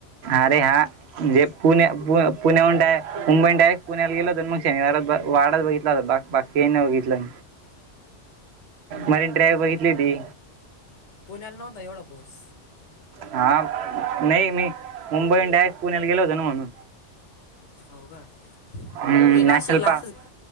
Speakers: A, on the right; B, on the left.
A: अरे हा. म्हणजे पुणे पु पुण्याहून डाय मुंबई डायरेक्ट पुण्याला गेलो होतो न, मग शनिवार ब वाडाचं बघितला होता बाघ बा की नाही बघितलं. मरीन ड्राइव्ह बघितली होती.
B: पुण्याल नव्हता एवढा पाऊस?
A: हा नाही मी मुंबईहून डायरेक्ट पुण्याला गेलो होत ना म्हणून.
B: होव का?
A: हम्म,
B: मी नाशिकला
A: नॅशनल पार्क
B: असचं